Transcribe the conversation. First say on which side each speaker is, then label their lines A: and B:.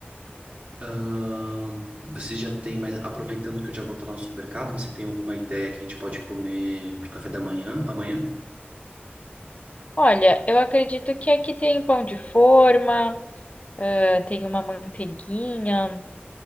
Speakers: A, on the right; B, on the left.
A: Ahn, você já tem, mas aproveitando que eu já vou estar lá no supermercado, você tem alguma ideia que a gente pode comer de café da manhã amanhã?
B: Olha, eu acredito que aqui tem pão de forma. Ah, tem uma manteiguinha,